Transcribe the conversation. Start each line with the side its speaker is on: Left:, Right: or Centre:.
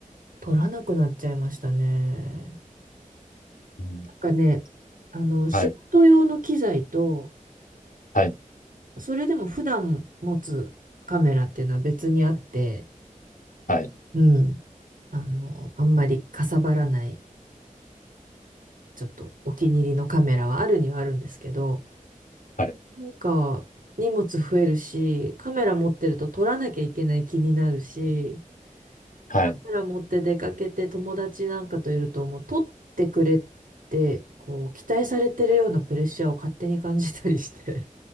Right: 取らなくなっちゃいましたね。
Left: うん、
Right: なんかね、あの、仕事用の機材と、
Left: はい、はい、
Right: それでも普段持つカメラっていうのは別にあって、
Left: はい、
Right: うん、あの、あんまりかさばらない、ちょっとお気に入りのカメラはあるにはあるんですけど、
Left: はい、
Right: なんか荷物増えるし、カメラ持ってると撮らなきゃいけない気になるし、
Left: はい。
Right: カメラ持って出かけて友達なんかといるともう撮ってくれってこう期待されてるようなプレッシャーを勝手に感じたりして